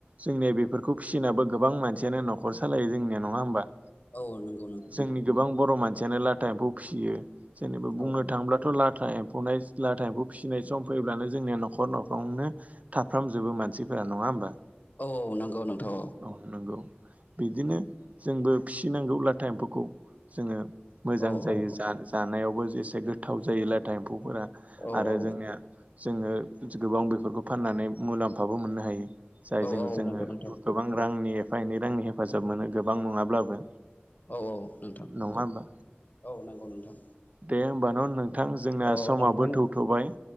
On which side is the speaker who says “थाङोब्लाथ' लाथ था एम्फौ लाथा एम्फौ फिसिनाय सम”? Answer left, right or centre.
Right